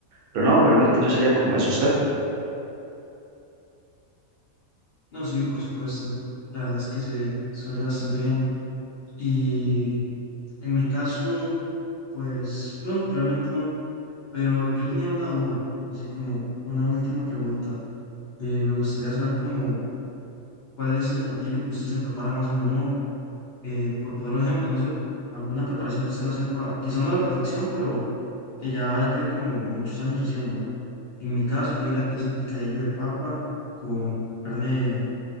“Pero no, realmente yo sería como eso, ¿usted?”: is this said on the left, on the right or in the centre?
Right